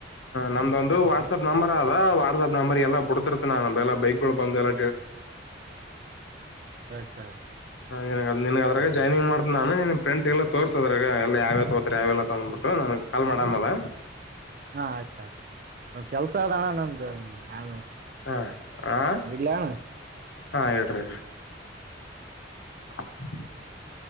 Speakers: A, on the left; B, on the right.
A: ನಮ್ದೊಂದು ವಾಟ್ಸಆಪ್ ನಂಬರ್ ಅದ ವಾಟ್ಆಪ್ ನಂಬರ್ ಎಲ್ಲ ಬಿಡ್ತಿರ್ತ್ತ ನಮ್ಲ್ ಬೈಕ್ಗಳು ಬಂದು ಎಲ್ಲ.
B: ಸರಿ ಸರಿ
A: ಎಲಕುವೆ ನಿನ್ನದ್ರಗ
B: ಹ್ಮ್
A: ಜಾಯಿನ್ ಮಾಡ್ತೀನಿ. ಫ್ರೆಂಡ್ಸ್ ಎಲ್ಲ ತೋರ್ಸೋದ್ರಾಗ ಎಲ್ಲ ಯಾವ್ಯಾವ ತೋತ್ರೆ ಯಾವ್ಯಲ್ಲ ತಂದ್ಬಿಟ್ಟು ನನ್ಗೆ ಕಾಲ್ ಮಾಡಮ್ಮಲ್ಲ.
B: ಹ ಆಯ್ತ ಆಯ್ತು ಕೆಲ್ಸದಣನಂದ ಆ
A: ಹ ಆ
B: ಇಡ್ಲಾ.
A: ಹಾ ಹೇಳ್ರಿ ಹೇಳ್ರಿ <inaudible>